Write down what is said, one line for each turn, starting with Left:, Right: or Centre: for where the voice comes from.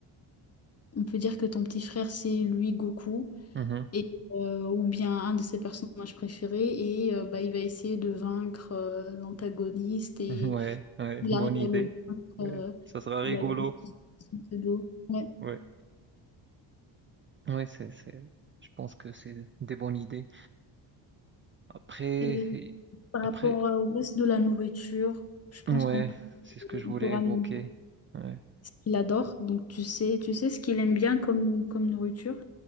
Left: on peut dire que ton petit frère, c'est lui Goku
Right: mhm,
Left: et, euh, ou bien un de ses personnages préférés, et euh, bah, il va essayer de vaincre euh, l'antagoniste, et
Right: <laughs> Ouais, ouais,
Left: il
Right: bonne
Left: arrive à
Right: idée.
Left: le vaincre.
Right: Ouais,
Left: euh,
Right: ça sera
Left: bah,
Right: rigolo.
Left: il est conscient de l'eau. Ouais.
Right: Ouais, ouais, c'est, c'est, je pense que c'est des bonnes idées. Après,
Left: Et par
Right: après,
Left: rapport au reste de la nourriture, je pense
Right: ouais,
Left: qu'on peut,
Right: c'est ce que
Left: on
Right: je voulais
Left: peut ramener
Right: évoquer. Ouais.
Left: ce qu'il adore. Donc tu sais, tu sais ce qu'il aime bien comme, comme nourriture.